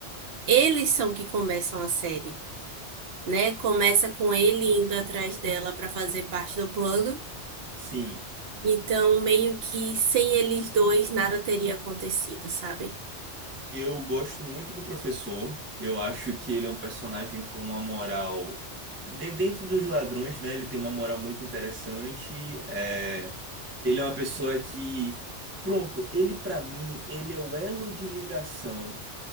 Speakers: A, on the right; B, on the right.
A: eles são que começam a série. né? Começa com ele indo atrás dela para fazer parte do plano.
B: Sim.
A: Então, meio que sem eles dois, nada teria acontecido, sabe?
B: Eu gosto muito do professor. Eu acho que ele é um personagem com uma moral. de- dentro dos ladrões, né? Ele tem uma moral muito interessante. É, Ele é uma pessoa que. Pronto, ele pra mim, ele é o elo de ligação